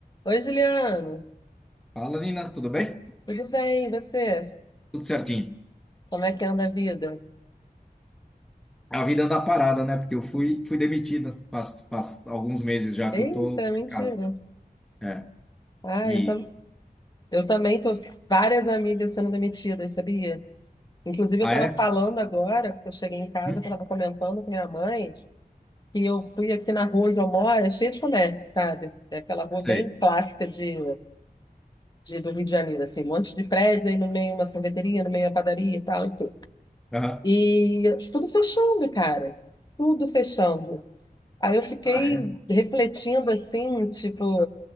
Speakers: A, on the left (about 25°); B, in the centre.
A: Oi, Juliano.
B: Fala, Nina, tudo bem?
A: Tudo bem? E você?
B: Tudo certinho.
A: Como é que anda a vida?
B: A vida anda parada, né? Porque eu fui, fui demitido faz, faz alguns meses já
A: Eita,
B: que eu tô em
A: mentira.
B: casa. É.
A: Ah,
B: E.
A: eu, tam... eu também tô várias amigas sendo demitidas, sabia? Inclusive,
B: Ah,
A: eu estava
B: é?
A: falando agora, que eu cheguei em casa,
B: Hum,
A: eu estava comentando com minha mãe que eu fui aqui na rua onde eu moro, é cheio de comércio, sabe? É aquela rua bem
B: sei.
A: clássica de, de, do Rio de Janeiro, assim, um monte de prédio, aí no meio uma sorveteria, no meio a padaria e tal, e tudo.
B: Aham.
A: E tudo fechando, cara. Tudo fechando. Aí eu fiquei
B: Ah, é?
A: refletindo assim, tipo,